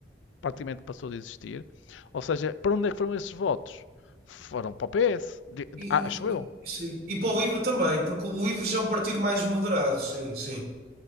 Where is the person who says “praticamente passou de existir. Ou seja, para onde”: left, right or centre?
Left